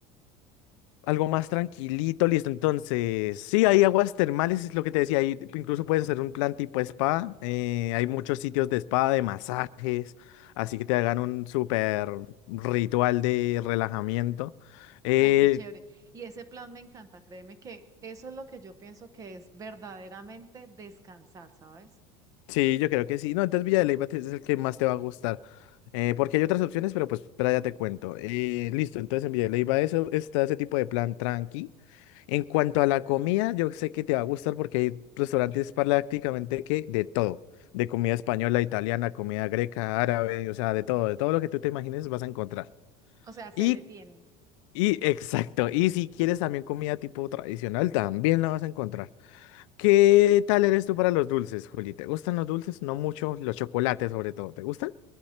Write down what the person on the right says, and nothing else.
Ay, qué chévere. Y ese plan me encanta, créeme que eso es lo que yo pienso que es verdaderamente descansar, ¿sabes?
O sea, se
le tiene.